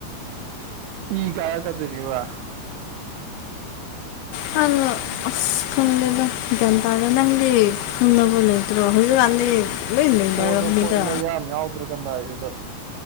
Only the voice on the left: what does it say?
ꯈꯪ ꯑꯁ ꯈꯨꯡꯗꯦꯗ ꯒ꯭ꯌꯥꯟ ꯇꯥꯗꯦ ꯅꯪꯗꯤ ꯈꯪꯅꯕ ꯂꯩꯇ꯭ꯔꯣ ꯍꯧꯖꯤꯛꯀꯥꯟꯗꯤ ꯂꯣꯏ ꯂꯩꯅꯔꯕꯅꯤꯗ